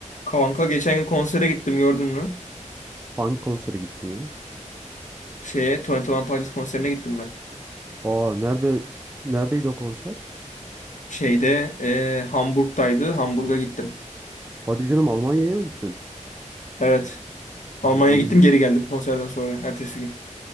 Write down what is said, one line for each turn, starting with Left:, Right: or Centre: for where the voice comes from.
Left: Kanka geçen gün konsere gittim gördün mü?
Right: Hangi konsere gittin ya?
Left: Şeye, 21 Pilots konserine gittim ben.
Right: Aa nerede neredeydi o konser?
Left: Şeyde e, Hamburg'daydı. Hamburg'a gittim.
Right: Hadi canım Almanya'ya mı gittin?
Left: Evet.
Right: O
Left: Almanya'ya
Right: iyiymiş.
Left: gittim geri geldim konserden sonra. Ertesi gün.